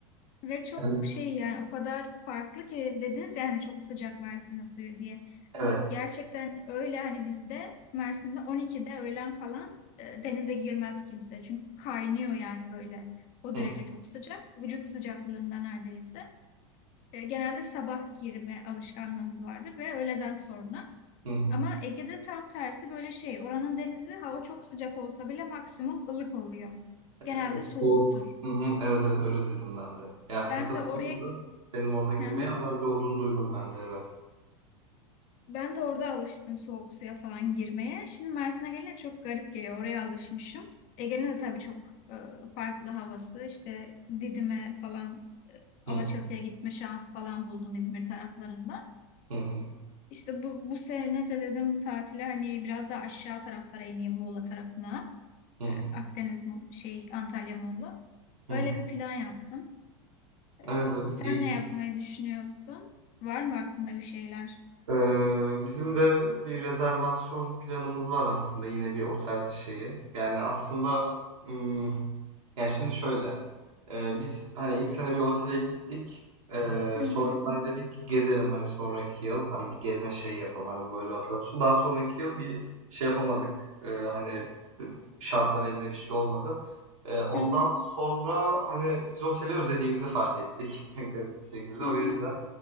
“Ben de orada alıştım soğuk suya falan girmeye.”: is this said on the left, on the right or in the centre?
Left